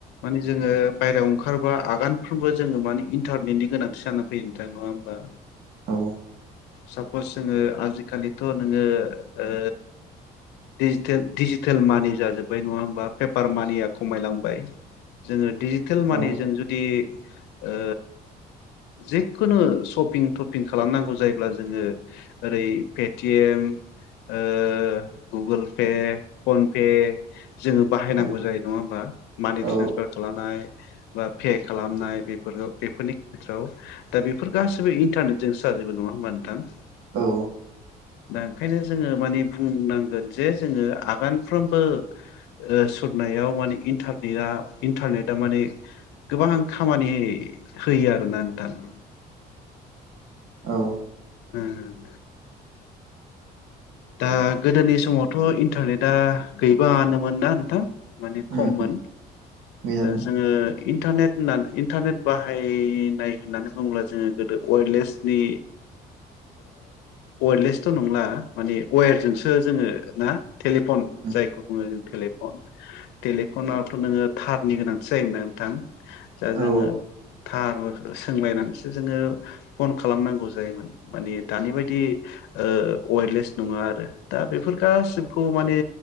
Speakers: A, on the left; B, on the right.
A: माने जोङो बायहायाव ओंखारबा आगानफ्रोमबो जोङो माने इन इन्टारनेटनि गोनांथि जानानै फैयो नोंथां नङा होमबा
B: औ
A: सापस जोङो आजिखालिथ' नोङो ओ डिजिटेल डिजिटेल मानि जाजोबबाय नङा होनबा पेपार मानिया खमायलांबाय जोङो डिजिटेल मानिजों
B: औ
A: जुदि ओ जिखुनु सपिं थपिं खालामनांगौ जायोब्ला जोंङो ओरै पेटिएम ओ गुगोल पे फन पे जोंङो बाहायनांगौ
B: औ
A: जायो नंङा होमबा मानि
B: औ
A: ट्रेन्सफार खालामनाय बा पे खालामनाय बेफोर बेफोरनि खेथ्रआव दा बेफोर गासिबो इन्टारनेटजों जोबो नङा होनबा <unintelligible>
B: औ
A: दा ओंखायनो जोङो माने बुंनांगोन जे जोङो आगानफ्रोमबो ओ सुरनायाव माने इन्टारनेटआ इन्टारनेटआ माने गोबां खामानि होयो आरोना नोथां।
B: औ
A: उम उम। दा गोदोनि समावथ' इन्टारनेटा गैबाङानोमोन ना नोंथां माने खममोन
B: उम गैयामोन
A: जोङो इन्टारनेट होनना इन्टारनेट बाहायनाय होननानै बुङोब्ला जोङो गोदो अएटलेसनि अएटलेसथ' नंला माने वेरजोंसो जोङो ना टेलिफन
B: उम
A: जायखौ बुङो जों टेलिफन। टेलिफनावथ' नोङो थारनि गोनांथि जायोमोनना नोंथां दा जोङो
B: औ
A: थार सोंलायनानसो जोङो फन खालामनांगौ जायोमोन माने दानि बायदि ओ वेटलेस नङा आरो दा बेफोर गासिखौ माने